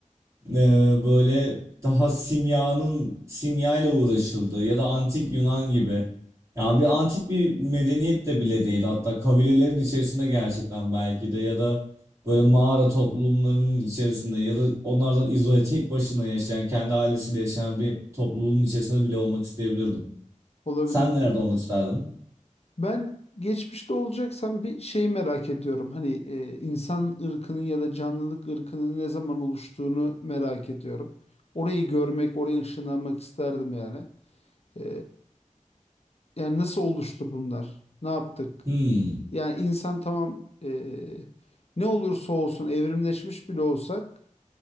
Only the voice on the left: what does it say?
Olabilir.
Ben geçmişte olacaksam bir şeyi merak ediyorum. Hani e, insan ırkının ya da canlılık ırkının ne zaman oluştuğunu merak ediyorum. Orayı görmek, oraya ışınlanmak isterdim yani. E, yani nasıl oluştu bunlar? Ne yaptık?
Yani insan tamam e, ne olursa olsun evrimleşmiş bile olsak